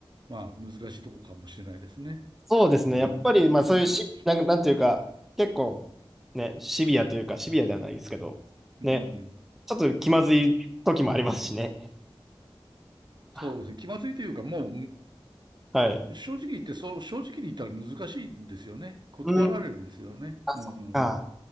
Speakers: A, on the right; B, in the centre.
A: まあ、難しいとこかもしれないですね。
B: そうですね。
A: うん。
B: やっぱり、
A: うん。
B: まあそういうし、なん、なんていうか、結構、ね、シビアというか、シビアではないですけど、
A: うん。
B: ね、ちょっと気まずい時もありますしね。
A: そうですね。
B: あ
A: 気まずいというか、も
B: はい。
A: う、正直言って、そう、正直に言ったら難しいんですよね。断られるんですよね。
B: うん、あ、
A: うん。
B: そっか。